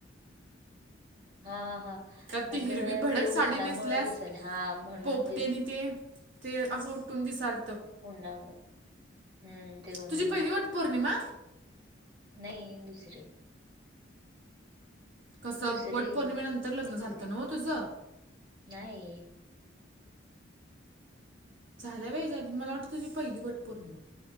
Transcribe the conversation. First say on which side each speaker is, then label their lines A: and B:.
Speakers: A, on the right; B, on the right.
A: हा हा हा,
B: त्यात ती
A: अगं
B: हिरवी भडक
A: ते
B: साडी
A: उनामुळं
B: नेसल्यास
A: दिसेल हा म्हणून
B: पोपटी
A: दिस
B: आणि ते ते असं उठून दिसालत.
A: उन्हामुळे हम्म, ते उन्हामुळे
B: तुझी पहिली
A: कशानतर.
B: वटपौर्णिमा
A: नाही दुसरे
B: कसं
A: दुसरे
B: वट पौर्णिमेनंतर
A: ग
B: लग्न झालतं न्हवं तुझं?
A: नाही.
B: झालं बाई याच्या आधी, मला वाटतं तुझी पहिली वटपौर्णिमा हाय.